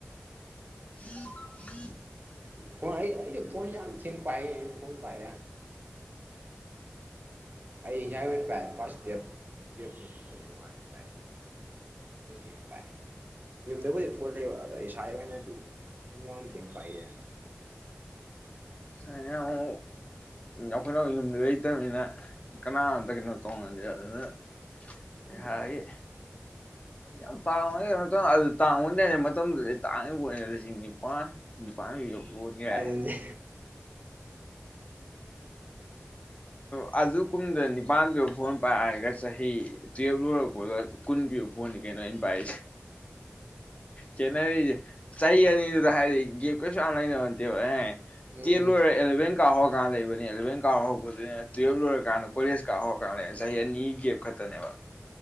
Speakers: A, on the left (about 30°); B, on the right (about 40°).
A: ꯎꯝ ꯎꯝ <unintelligible>
B: ꯐꯣꯟ ꯑꯩ ꯑꯩꯁꯨ ꯐꯣꯟ ꯌꯥꯝ ꯊꯤꯡ ꯄꯥꯏ ꯑꯩ ꯐꯣꯟ ꯄꯥꯏ ꯑꯩ ꯍ ꯑꯣꯏꯅ ꯄꯥꯏ ꯐꯥꯔꯁ ꯇꯦꯞ ꯇꯦꯞꯇ ꯅꯨꯡꯉꯥꯏꯅ ꯄꯥꯏ <inaudible> ꯥꯑꯗꯥꯢ ꯄꯥꯏ ꯌꯨꯝꯗꯕꯨꯗꯤ ꯐꯣꯜ ꯂꯩꯕꯥ ꯑꯗꯣ ꯏꯁꯥꯒꯤ ꯑꯣꯏꯅꯗꯤ ꯑꯗꯨ ꯌꯣꯡ ꯋꯥꯝ ꯊꯦꯡ ꯄꯥꯏꯒꯤ
A: ꯁ <unintelligible> ꯑꯩꯈꯣꯏꯅ ꯌꯨꯝꯗ ꯂꯩꯇꯕꯅꯤꯅ ꯀꯅꯥꯝꯇ ꯀꯩꯅꯣ ꯇꯣꯡꯅꯗꯤ ꯑꯗꯨꯅ ꯏꯁꯥꯒꯤ
B: ꯎꯝ
A: ꯌꯥꯝ ꯇꯥꯡꯕ ꯅꯥꯇꯦꯗ ꯑꯗꯨ ꯇꯥꯡꯉꯤ ꯃꯇꯝꯗꯨꯗꯗꯤ ꯑꯩ ꯇꯥꯡꯉ ꯂꯤꯁꯤꯡ ꯅꯤꯄꯥꯟ ꯅꯤꯄꯥꯟ ꯄꯤꯕ ꯐꯣꯟ ꯀꯥꯏ
B: ꯑꯗꯨꯅꯤ
A: ꯑꯗꯨ ꯀꯨꯝꯗ ꯅꯤꯄꯥꯟ ꯄꯤꯕ ꯐꯣꯟ ꯄꯥꯏꯔꯒ ꯆꯍꯤ ꯇꯨꯌꯦꯜꯕ ꯂꯣꯏꯔꯛꯄꯗ ꯀꯨꯜ ꯀꯨꯜ ꯄꯤꯕꯥ ꯐꯣꯟꯅꯤ ꯀꯩꯅꯣ ꯑꯩꯅꯥ ꯄꯥꯏꯔꯛꯢꯁꯤ ꯈꯦꯠꯅꯔꯤꯁꯦ ꯆꯍꯤ ꯑꯅꯤꯗꯨꯗ ꯍꯥꯏꯔꯤ ꯒꯦꯞ ꯀꯩꯁꯨ ꯌꯥꯝ ꯂꯩꯅꯕꯇꯦꯕ ꯑꯦ
B: ꯎꯝ
A: ꯆꯦꯜ ꯂꯣꯏꯔꯦ ꯑꯦꯂꯚꯦꯟ ꯀꯥꯔ ꯍꯧꯔꯀꯥꯟꯗ ꯂꯩꯕꯅꯦ ꯑꯦꯂꯚꯦꯟ ꯀꯥ ꯍꯧꯕꯁꯦ ꯇꯨꯌꯦꯜꯕ ꯂꯣꯏꯔꯀꯥꯟꯗ ꯀꯣꯂꯦꯖ ꯀꯥꯞ ꯍꯧꯔꯀꯥꯟꯗꯅꯦ ꯆꯍꯤ ꯑꯅꯤ ꯒꯦꯞ ꯈꯛꯇꯅꯦꯕ